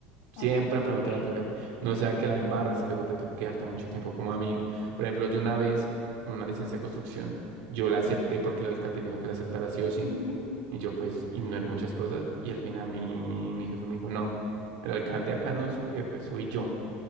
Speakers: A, on the right; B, on the left.
A: Siempre
B: Ok,
A: preguntar
B: ok.
A: a tu jefe. No sea que la embarres y luego te toque quedarte mucho tiempo como a mí. Por ejemplo, yo una vez, una licencia de construcción, yo la acepté porque el alcalde me dijo que la aceptara sí o sí.
B: Ujú.
A: Y yo pues ignoré muchas cosas y al final mi, mi jefe me dijo, no, el alcalde acá no es su jefe, soy yo.